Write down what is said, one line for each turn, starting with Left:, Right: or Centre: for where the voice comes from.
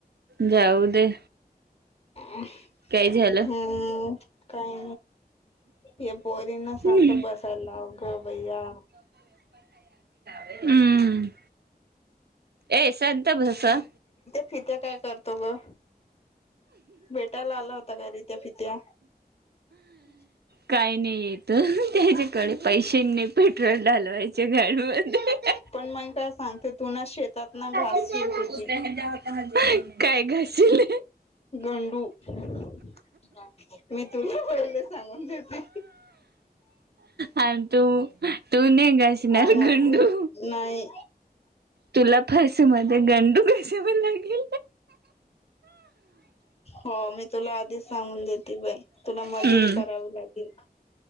Right: जाऊ दे
Left: <unintelligible>
Right: काय झालं
Left: हम् काय हे पोरींना शांत
Right: हम्म
Left: बसाला लाव ग बया?
Right: हम्म ए शांत बसा
Left: <unintelligible> काय करतो ग? भेटायला आला होता घरी त्या <unintelligible>
Right: काय नाही येत हह त्याच्याकडे पै शिन्य पेट्रोल डालवायचे गाडीत मधे
Left: पण मग काय सांगते तू ना शेतात ना घासशील
Right: ह्ह्हहहह
Left: तुझी
Right: काय घाशील?
Left: गांडु----मी तुला पहिले हाह सांगून देते.
Right: आणि तू तू नाही घासणार
Left: आम
Right: गंडू
Left: नाही
Right: तुला फास मध्ये गांडु <unintelligible>
Left: <inaudible> हो मी तुला आधीच सांगून देते बाई तुला मजुरी
Right: हम्म
Left: करावी लागेल?